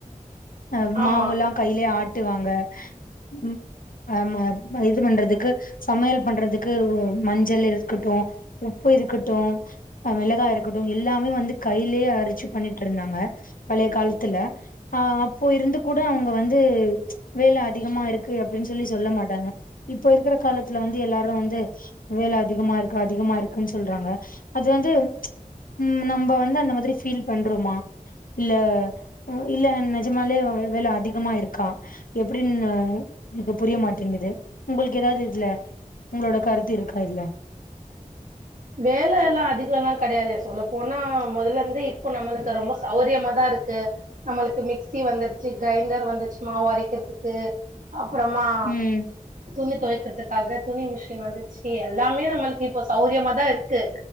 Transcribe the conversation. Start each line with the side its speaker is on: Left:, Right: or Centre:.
Left: ஆ‌
Right: ஆமா
Left: மாவுலா கைய்லே ஆட்டுவாங்க ம் ஆம இது பண்றதுக் கு சமையல் பண்றதுக்கு உ மஞ்சள் இருக்கட்டு உப்பு இருக்கட்டு அ வெளகா இருக்கட்டு எல்லாமே வந்து கையிலே அரச்சு பண்ணிட்ருந்தாங்க பழைய காலத்துல ஆ அப்போ இருந்து கூட அவுங்க வந்து வேல அதிகமா இருக்கு அப்டின்னு சொல்லி சொல்ல மாட்டாங்க இப்ப இருக்கிற காலத்துல வந்து எல்லாரு வந்து வேல அதிகமா இருக்கு அதிகமா இருக்குன்னு சொல்றாங்க அது வந்து ம் நம்ப வந்து அந்த மாதிரி ஃபீல் பண்றோமா இல்ல இல்ல நஜமாலே வ வேல அதிகமா இருக்கா எப்டின்னு எனக்கு புரிய மாட்டேங்குது உங்களுக்கு எதாது இதுல உங்களோட கருத்து இருக்கா இதுல
Right: வேல எல்லாம் அதிகோல்லா கடையாதே சொல்லப்போனா மொதல இருந்து இப்போ நம்மளுக்கு ரொம்ப சௌரியமாதா இருக்கு நம்மளுக்கு மிக்சி வந்துருச்சு கைண்டர் வந்துச்சு மாவு அரைக்கிறதுக்கு அப்பறமா
Left: ம்
Right: துணி தொய்க்கிறதுக் காக துணி மிஷின் வந்துச்சு எல்லாமே நம்மளுக்கு இப்ப சௌரியமாதா இருக்கு